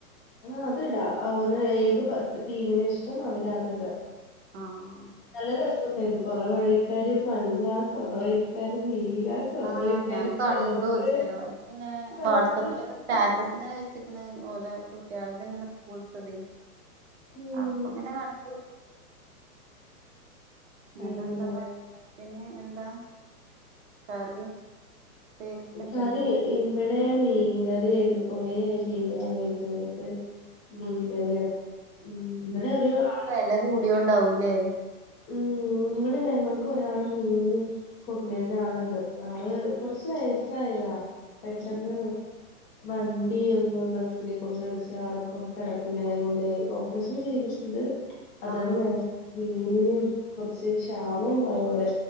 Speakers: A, on the left; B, on the right.
A: ആഹ് അത്ടാ അവര് ഏത് ടീമിനെ ഇഷ്ടം അവര് അത്ടാ
B: ആഹ്ഹാ
A: നല്ല രസുണ്ടായിരുന്നു കൊറ വഴിക്കാര് മഞ്ഞ കൊറവഴിക്കാര് നീല കൊറേ
B: ആഹ്
A: വഴിക്കാര്
B: ഞാൻ കണ്ടു
A: ചോപ്പ്
B: ചെലവലൊക്കെ ഇങ്ങനെ
A: നല്ല
B: വാട്സപ്പിലൊക്കെ
A: രസണ്ട്
B: സ്റ്റാ ങ്ങനെ വെച്ചിക്കിണ് ഓലെ കുട്ടികളത് എങ്ങനെ സ്കൂലത്തേത്
A: ഉം
B: അപ്പൊ ഇങ്ങനെ കണ്ടു നല്ലന്താ
A: അങ്ങനെ
B: ഭക്ഷണത്തിന് എന്താ കറി ഉപ്പേരിയൊക്കെ ഉണ്ടോ
A: കറി
B: മീനൊക്കെ
A: ഇവിടെ മീൻകറിയിണ്ട് കൊറെയായി മീന് വാങ്ങീട്ട് പറഞ്ഞിട്ട് മീൻ
B: ആഹ്
A: കറിയാണ് ഉം ഇവിടെ ഒരു അ
B: വില കൂടിയോണ്ടാവൂലേ?
A: ഉം ഇവിടെ ഞങ്ങൾക്ക് ഒരാള് മീന്. കൊണ്ട് വരുന്ന ആളുണ്ട്, ആളെ കൊറച്ച് വയസ്സായതാ പെട്ടെന്ന്.
B: ഉം
A: വണ്ടി ഒന്ന് ബസ്സില് കൊണ്ട് ഇടിച്ച് ആളിപ്പം കിടപ്പിലായ പോലെ ഓപ്പറേഷൻ ചെയ്തിട്ടുണ്ട്. അതാണ്
B: ആഹ്
A: ഞാൻ. മീനിനും കുറച്ച് ക്ഷാമമായ പോലെ